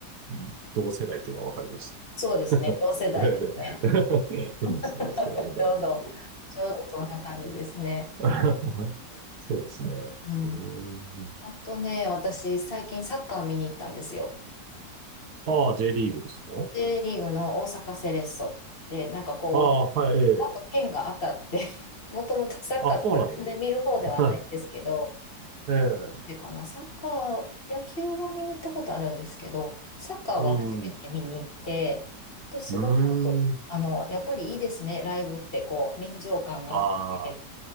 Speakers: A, on the right; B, on the left.
A: うん同世代っていうのは分かりまし
B: そうですね。
A: た。<laughs> ね
B: 同世代ですね。
A: ね <laughs> そうですね、
B: <laughs>
A: スラムダンク。
B: ちょうど、ちょうどそんな感じですね。
A: <laughs> そうですね。
B: うん。
A: うーん。
B: あとね、私、最近サッカー見に行ったんですよ。
A: ああ、J リーグですかはい。
B: J リーグの大阪セレッソで、なんかこ
A: ああ、はい、ええ。
B: う、なんか県が当たって <laughs> もともとサッカーとか全然見る方ではないんですけど、
A: あ、そうなの。<laughs> ええ。
B: 初めてかな、サッカー、野球は見に行ったことあるんですけど、サッカーは初めて見に行って、
A: うん。
B: で、すごく、
A: うーん。
B: あの、やっぱりいいですね、ライブって、こう、臨場感があって。
A: ああ、